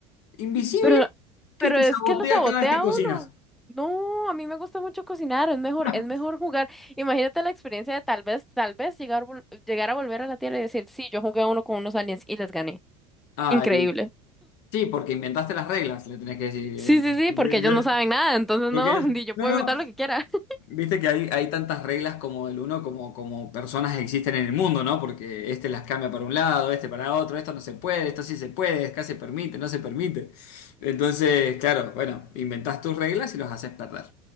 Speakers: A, on the left (about 60°); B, in the centre.
A: invisible
B: pero, pero
A: que te
B: es
A: sabotea
B: que lo sabotea
A: cada vez que cocinas.
B: uno. No, a mí me gusta mucho cocinar, es mejor,
A: <laughs>
B: es mejor jugar. Imagínate la experiencia de tal vez, tal vez llegar, vol- llegar a volver a la Tierra y decir, sí, yo jugué a uno con unos aliens y les gané.
A: Ay,
B: Increíble.
A: Sí, porque inventaste las reglas, le tenés que decir.
B: Sí,
A: eh,
B: sí, sí,
A: yo-
B: porque
A: yo-
B: ellos no saben nada, entonces
A: Porque
B: no,
A: es-
B: <laughs> ni yo
A: no,
B: puedo
A: no,
B: inventar lo que quiera. <laughs>
A: viste que hay, hay tantas reglas como el uno como, como personas existen en el mundo, ¿no? Porque este las cambia para un lado, este para otro, esto no se puede, esto sí se puede, acá se permite, no se permite. Entonces, claro, bueno, inventás tus reglas y los haces perder.